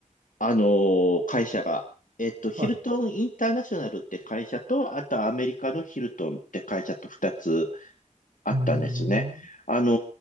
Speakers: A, on the left (about 70°); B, on the right (about 65°).
A: あのー会社が。えっと、ヒルトンインターナショナルって会社と、
B: はい。う
A: あとアメリカのヒルトンって会社と2つあったんですね。
B: ーん。
A: あの